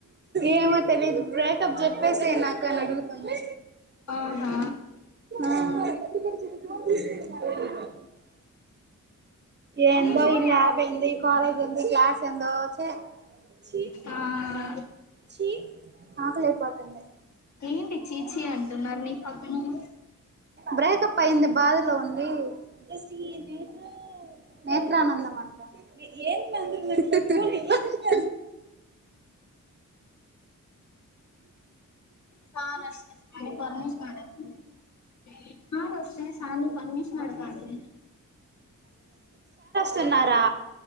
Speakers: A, on the right; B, on the left.
A: ఏమో తెలి ఇది బ్రే చెప్పేస్ నాకని అడుగుతున్నది
B: ఆహా
A: అ ఫోన్ తీసుకున్నావ ఏందో
B: ఏ ఫోన్
A: ఈ
B: యి
A: ల్యాబ్
B: అడుకొండి
A: ఏంది కాలేజ్ ఎంది క్లాస్ ఎందొ చ్చి చి
B: ఆ
A: చి ఆకలైపోతుంది
B: ఏంటి చీచీ అంటున్నారు నీ పక్కనోళ్ళు
A: బ్రేకప్ అయింది బాధలో అది స టి న్ ఎ గా నేత్రానందమ ఏన్ మంగ <unintelligible>
B: సార్ వ స్తే సార్ ని పర్మిషన్ అడగాలి సార్ వ స్తే సార్ ని పర్మిషన్ అడగాలి
A: తున్నారు తా